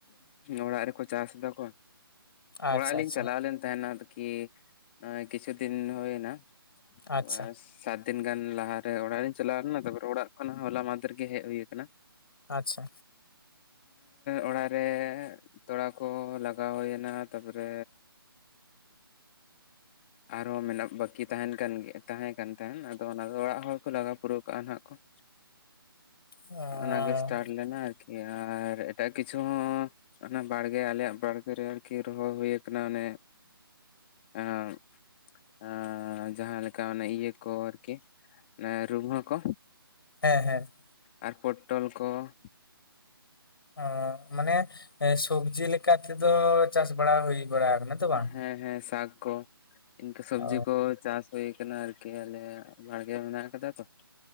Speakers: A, on the left; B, on the left.
A: ᱚᱲᱟᱜ ᱨᱮ ᱠᱚ ᱪᱟᱥ ᱮᱫᱟ ᱠᱚ,
B: ᱟᱪᱪᱷᱟ
A: ᱚᱲᱟᱜ ᱞᱤᱧ
B: ᱟᱪᱪᱷᱟ
A: ᱪᱟᱞᱟᱣ ᱞᱮᱱ ᱛᱟᱦᱮᱱᱟ ᱟᱨ ᱠᱤ ᱠᱤᱪᱷᱩ ᱫᱤᱱ ᱦᱩᱭ ᱮᱱᱟ᱾ ᱟᱵᱟᱨ
B: ᱟᱪᱪᱷᱟ
A: ᱥᱟᱛ ᱫᱤᱱ ᱜᱟᱱ ᱞᱟᱦᱟ ᱨᱮ ᱚᱲᱟᱜ ᱨᱤᱧ ᱪᱟᱞᱟᱣ ᱞᱮᱱᱟ, ᱛᱟᱯᱚᱨ ᱚᱲᱟᱜ ᱠᱷᱚᱱ ᱦᱚᱞᱟ ᱢᱟᱦᱫᱷᱮᱨ ᱜᱮ ᱦᱮᱡ ᱦᱩᱭ ᱟᱠᱟᱱᱟ ᱾ ᱟᱨ
B: ᱟᱪᱪᱷᱟ
A: ᱚᱲᱟᱜ ᱨᱮ ᱛᱚᱲᱟ ᱠᱚ ᱞᱟᱜᱟᱣ ᱦᱩᱭᱮᱱᱟ, ᱛᱟᱯᱚ ᱨᱮ ᱟᱨ ᱦᱚᱸ ᱢᱮᱱᱟᱜ ᱵᱟᱹᱠᱤ ᱛᱟᱦᱮᱱ ᱠᱟᱱ ᱜᱮ ᱛᱟᱦᱮᱸᱠᱟᱱ ᱾ ᱛᱟᱦᱮᱱ ᱟᱫᱚ ᱚᱱᱟ ᱚᱲᱟᱜ ᱦᱚᱲ ᱠᱚ ᱞᱟᱜᱟᱣ ᱯᱩᱨᱟᱹᱣ ᱠᱟᱜᱼᱟ᱾ ᱠᱚ ᱱᱟᱜ ᱮᱠᱷᱚᱱ,
B: ᱚ
A: ᱚᱱᱟ ᱜᱮ ᱮᱥᱴᱟᱴ ᱾ ᱞᱮᱱᱟ ᱟᱨᱠᱤ ᱟᱨ ᱮᱴᱟᱜ ᱠᱤᱪᱷᱩ ᱦᱚᱸ ᱚᱱᱟ ᱵᱟᱲ ᱜᱮ ᱟᱞᱮ ᱭᱟᱜ ᱵᱟᱲ ᱜᱮ ᱨᱮ ᱟᱨᱠᱤ ᱨᱚᱦᱚᱭ ᱦᱩᱭ ᱟᱠᱟᱱᱟ ᱚᱱᱮ ᱾ ᱦᱮᱸ ᱾ ᱮᱻ ᱡᱟᱦᱟᱸ ᱞᱮᱠᱟ ᱚᱱᱮ ᱤᱭᱟᱹ ᱠᱚ ᱟᱨᱠᱤ ᱚᱱᱟ ᱨᱩᱵᱟᱹ ᱠᱚ᱾
B: ᱦᱮᱸ ᱦᱮᱸ ᱾
A: ᱟᱨ ᱯᱚᱴᱚᱞ ᱠᱚ ᱾
B: ᱚᱸ ᱢᱟᱱᱮ ᱥᱚᱵᱡᱤ ᱞᱮᱠᱟ ᱛᱮ ᱫᱚ ᱪᱟᱥ ᱵᱟᱲᱟ ᱦᱩᱭ ᱵᱟᱲᱟᱜ ᱟᱠᱟᱱᱟ᱾ ᱛᱚ ᱵᱟᱝ?
A: ᱦᱮᱸ ᱦᱮᱸ, ᱥᱟᱠ ᱠᱚ ᱤᱱᱠᱟᱹ ᱥᱚᱵᱽᱡᱤ
B: ᱚ
A: ᱠᱚ ᱪᱟᱥ ᱦᱩᱭ ᱟᱠᱟᱱᱟ ᱟᱨᱠᱤ ᱟᱞᱮ ᱵᱟᱲ ᱜᱮ ᱨᱮ ᱢᱮᱱᱟᱜ ᱟᱠᱟᱫᱟ ᱛᱚ ᱾